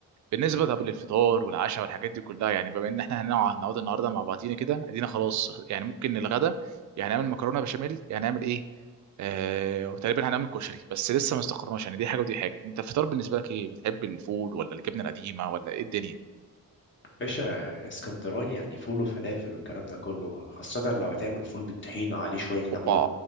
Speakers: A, on the right (about 55°); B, on the left (about 35°).
A: بالنسبه طب للفطار والعشاء والحاجات دي كلها يعني بما ان احنا هنقعد هنقعد النهارده مع بعضينا كده ادينا خلاص يعني ممكن الغداء يعني نعمل مكرونه بشاميل يعني نعمل ايه آه وتقريبا هنعمل كشري بس لسه ما استقرناش يعني دي حاجه ودي حاجه انت الفطار بالنسبه لك ايه بتحب الفول ولا الجبنه القديمه ولا ايه الدنيا
B: باشا اسكندراني يعني فول وفلافل والكلام ده كله خاصه لو هتعمل فول بالطحينه عليه شويه
A: اوبا
B: ليمون